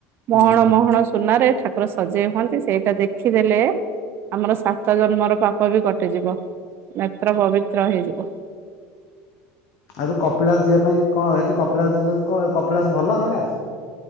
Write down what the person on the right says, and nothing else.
ମହଣ
ମହଣ ସୁନାରେ ଠାକୁର ସଜେଇ ହୁଅନ୍ତି ସେଇଟା ଦେଖିଦେଲେ ଆମର ସାତ ଜନ୍ମର ପାପ ବି କଟିଯିବ। ନେତ୍ର ପବିତ୍ର ହେଇଯିବ।